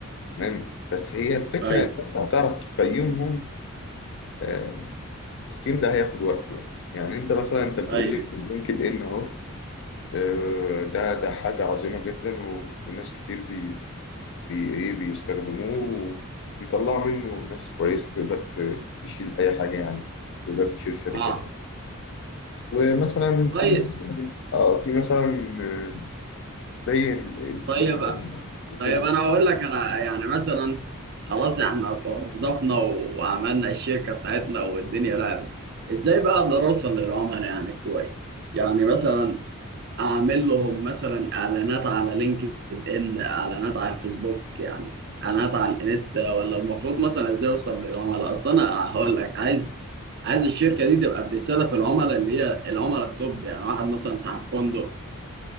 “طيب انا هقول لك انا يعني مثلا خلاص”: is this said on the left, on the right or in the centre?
Right